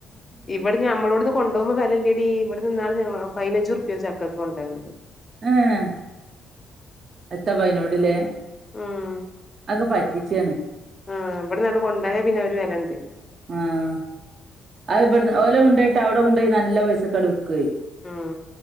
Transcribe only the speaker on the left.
ഇവിടെ ഞമ്മളോടുന്ന് കൊണ്ടു പോകുമ്പം വിലല്ലെടീ ഇവിടെ നിന്നാണ് പതിനഞ്ചുർപ്പി ഒരു ചക്കക്ക് കൊണ്ട് പോയത്.
ഉം
ആഹ് ഇവട്ന്നട് കൊണ്ടായ പിന്നെ ഒരു വിലയുണ്ട്
ഉം